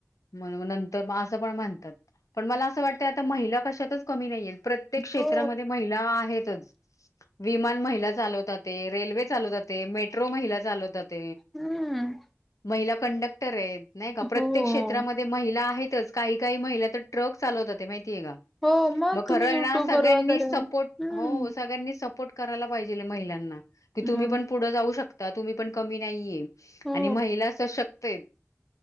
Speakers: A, on the left; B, in the centre.
A: मग नंतर असं पण म्हणतात पण मला असं वाटतं आता महिला कशातच कमी नाहीयेत. प्रत्येक क्षेत्रामध्ये
B: हो
A: महिला आहेतच विमान महि चालवता ते, रेल्वे चालवता ते, मेट्रो महिला चालवतात.
B: हम्म.
A: महिला कंडक्टर आहेत नाही का प्रत्येक
B: हो
A: क्षेत्रामध्ये महिला आहेतच काही काही महिला तर ट्रक चालवतात माहितीय का?
B: हो
A: मग खरय
B: तुम्ही युट्यूब
A: ना सगळ्यांनी
B: वर वगैरे
A: सपोर्ट
B: हम्म
A: हो सगळ्यांनी सपोर्ट करायला पाहिजे महिलांना की तुम्ही
B: मग
A: पण पुढे जाऊ शकता तुम्ही पण कमी नाहीये.
B: हो
A: आणि महिला सशक्त आहेत.